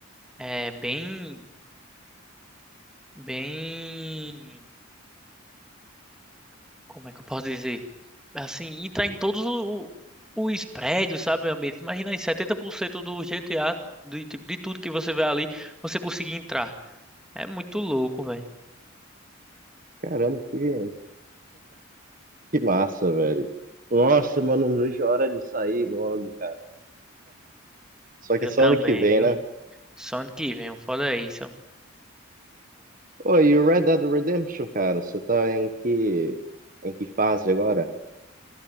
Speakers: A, in the centre; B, on the right (about 40°).
A: É bem, bem, como é que eu posso dizer? Assim, entrar em todos o- os prédios, sabe, meu ambiente? Imagina aí, 70% do GTA, do, tipo, de tudo que você vê ali, você conseguir entrar. É muito louco, velho.
B: caramba, que, que massa, velho. Nossa, mano, não vejo a hora de sair logo. Só
A: Eu
B: que só
A: também,
B: ano que vem,
A: viu?
B: né?
A: Só ano que vem, foda isso.
B: Oi, e o Red Dead Redemption, cara, você tá em que em que fase agora?